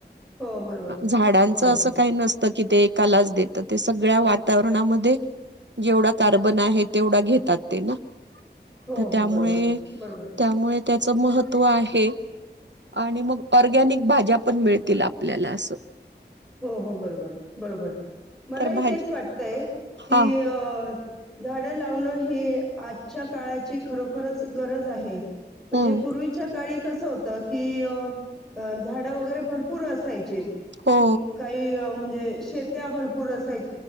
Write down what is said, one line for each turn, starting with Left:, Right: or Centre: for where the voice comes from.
Centre: हो बरोबर
Right: झाडांच
Centre: हो
Right: असं
Centre: हो
Right: का नसतं तर की ते एकालाच देत ते सगळ्या वातावरणामध्ये जेवढा कार्बन आहे तेवढा घेतात ते ना
Centre: हो
Right: तर त्यामुळे
Centre: हो बरोबर बरोबर
Right: त्यामुळे त्याच महत्त्व आहे आणि मग ऑरगॅनिक भाज्या पण मिळतील आपल्याला असं.
Centre: हो हो बरोबर बरोबर मलाही
Right: तर भाजी
Centre: तेच वाटतय की
Right: हा
Centre: अ झाडं लावणं ही आजच्या काळाची खरोखरच गरज आहे. म्हणजे
Right: हम्म
Centre: पूर्वीच्या काळी कस होत की झाडं वगैरे भरपूर असायचे.
Right: हो
Centre: ह् काही म्हणजे शेत्या भरपूर अस